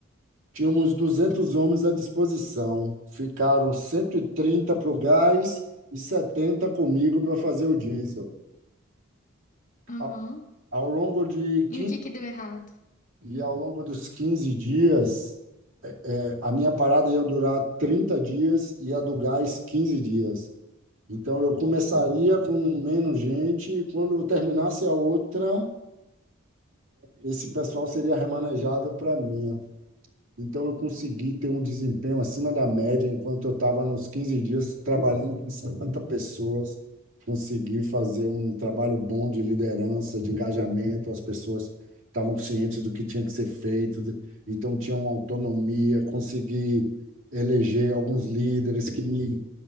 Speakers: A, on the right; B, on the left.
A: Tínhamos 200 homens à disposição. Ficaram 130 para o gás e 70 comigo para fazer o diesel.
B: Aham.
A: Ao, ao longo de 15,
B: E o que que deu errado?
A: e ao longo dos 15 dias, eh, a minha parada ia durar 30 dias e a do gás 15 dias. Então eu começaria com menos gente e quando terminasse a outra, esse pessoal seria remanejado para mim. Então, eu consegui ter um desempenho acima da média, enquanto eu estava nos 15 dias trabalhando com 50 pessoas. Consegui fazer um trabalho bom de liderança, de engajamento, as pessoas estavam cientes do que tinha que ser feito, de- então tinha uma autonomia. Consegui eleger alguns líderes que me